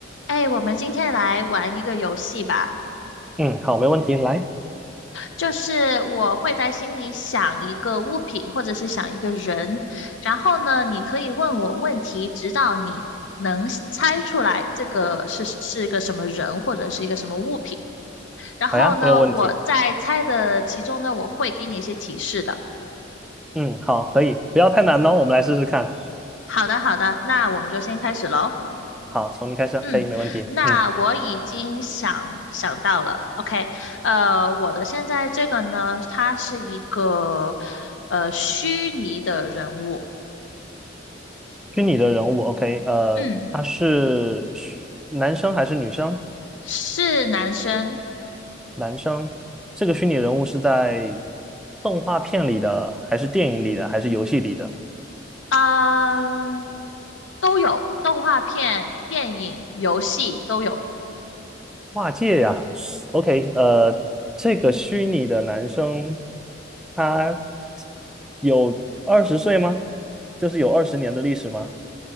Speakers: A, on the left (about 70°); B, in the centre.
A: 哎，我们今天来玩一个游戏吧，
B: 嗯，好，没问题，来，
A: 就是我会在心里想一个物品或者是想一个人，然后呢，你可以问我问题，直到你能猜出来这个是是一个什么人或者是一个什么物品。然后呢，
B: 好呀，没有问题。
A: 我在猜的其中呢，我会给你一些提示的。
B: 嗯，好，可以，不要太难哦，我们来试试看。
A: 好的，好的，那我们就先开始喽。
B: 好，从你开始啊，
A: 嗯，
B: 可以，没问题。
A: 那我已经想想到了，OK，
B: 嗯，
A: 呃，我的现在这个呢，他是一个呃虚拟的人物，
B: 虚拟的人物，OK，呃，
A: 嗯，
B: 他是虚男生还是女生？
A: 是男生，
B: 男生。这个虚拟人物是在动画片里的，还是电影里的，还是游戏里的？
A: 啊、都有，动画片、电影、游戏都有。
B: 跨界呀，OK，呃，这个虚拟的男生，他有二十岁吗？就是有二十年的历史吗？